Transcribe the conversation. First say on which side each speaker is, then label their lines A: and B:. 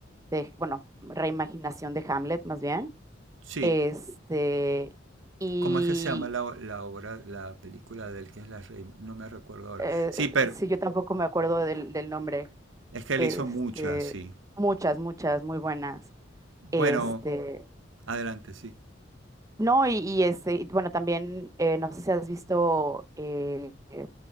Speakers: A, on the right; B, on the right.
A: de, bueno, reimaginación de Hamlet más bien,
B: Sí.
A: este, y
B: ¿Cómo es que se llama la, la obra, la película de él que es la rey? No me recuerdo ahora.
A: eh,
B: Sí, pero
A: sí, yo tampoco me acuerdo del del nombre.
B: es que él
A: Este,
B: hizo muchas, sí.
A: muchas, muchas, muy buenas.
B: Bueno,
A: Este,
B: adelante, sí.
A: no, y, y este, y bueno, también, eh, no sé si has visto eh, eh,